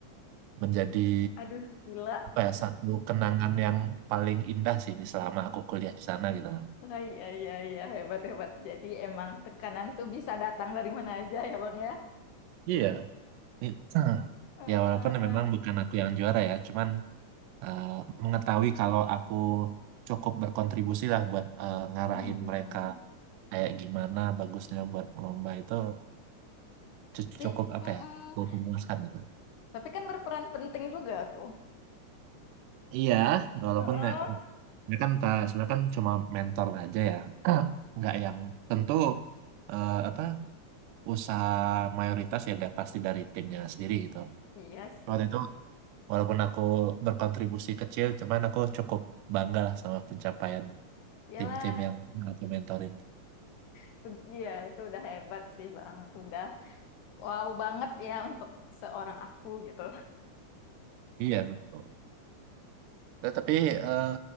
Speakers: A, on the right; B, on the left.
A: menjadi
B: aduh gila.
A: apa ya satu kenangan yang paling indah sih di selama aku kuliah di sana gitu loh.
B: Ah, iya, iya, iya, hebat, hebat. Jadi emang tekanan tuh bisa datang dari mana aja ya, Bang ya.
A: Iya. Ini- eh,
B: Heeh,
A: Ya walaupun
B: heeh.
A: memang bukan aku yang juara ya, cuman eh, mengetahui kalau aku cukup berkontribusi lah buat eh, ngarahin
B: Mm-mm.
A: mereka kayak gimana bagusnya buat lomba itu cu-
B: Tapi,
A: cukup apa
B: mm-mm.
A: ya, cukup memuaskan gitu.
B: Tapi kan berperan penting juga tuh.
A: Iya, walaupun
B: Heeh.
A: ya, Ya kan ta- sebenarnya kan cuma mentor aja ya, <clears throat> nggak yang tentu eh, apa usaha mayoritas ya da- pasti dari timnya sendiri gitu.
B: Iya sih.
A: Waktu itu walaupun aku berkontribusi kecil, cuman aku cukup bangga lah sama pencapaian
B: Iyalah,
A: tim-tim yang pernah aku mentorin.
B: itu- iya itu udah hebat sih, Bang. Udah wow banget ya untuk seorang aku gitu. <laughs>
A: Iya betul. Nah, tapi eh,